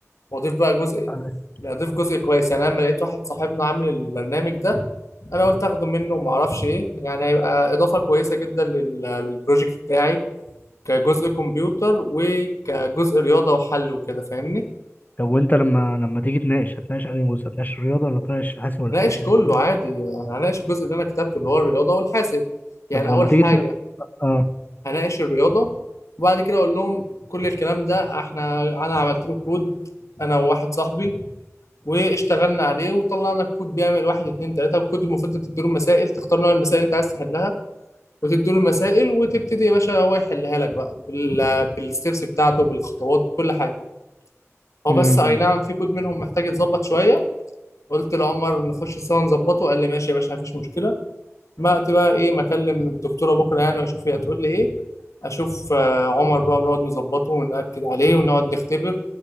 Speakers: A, on the left; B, on the left.
A: واضيف بقى جزء
B: تمام.
A: لا، اضيف جزء كويس يعني انا لما لقيت واحد صاحبنا عامل البرنامج ده انا قلت اخده منه وما اعرفش ايه يعني هيبقى اضافه كويسه جدا لل- للبروجكت بتاعي كجزء كمبيوتر وكجزء رياضه وحل وكده فاهمني
B: طب وانت لما لما تيجي تناقش هتناقش انهي جزء هتناقش الرياضة ولا تناقش الحاسب ولا
A: هناقش
B: تناقش
A: كله
B: الاثنين
A: عادي هناقش الجزء اللي انا كتبته اللي هو الرياضه والحاسب يعني
B: طب ولما
A: اول
B: تيجي
A: حاجه
B: تناقش اه
A: هناقش الرياضه وبعد كده اقول لهم كل الكلام ده احنا انا عملت له كود انا وواحد صاحبي واشتغلنا عليه وطلعنا الكود بيعمل واحد اتنين تلاته الكود المفروض تديله مسائل تختار نوع المسائل اللي انت عايز تحلها وتديله المسائل وتبتدي يا باشا هو يحلها لك بقى بال... بالستبس بتاعته بالخطوات بكل حاجه هو
B: امم
A: بس اي نعم في كود منهم محتاج يتظبط شويه قلت لعمر نخش سوا نظبطه قال لي ماشي يا باشا مفيش مشكله ما وقت بقى ايه ما اكلم الدكتوره بكره يعني واشوف هي هتقول لي ايه اشوف آه، عمر بقى ونقعد نظبطه ونأكد عليه ونقعد نختبر